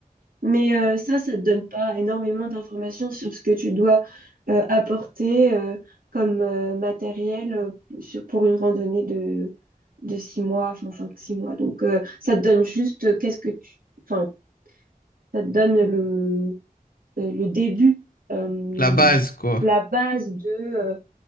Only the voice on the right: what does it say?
Mais euh, ça, ça te donne pas énormément d'informations sur ce que tu dois euh, apporter euh, comme euh, matériel euh, sur- pour une randonnée de, de six mois, enfin cinq, six mois. Donc euh, ça te donne juste euh, qu'est-ce que tu... Enfin, ça te donne le, euh, le début, euh,
la base de euh,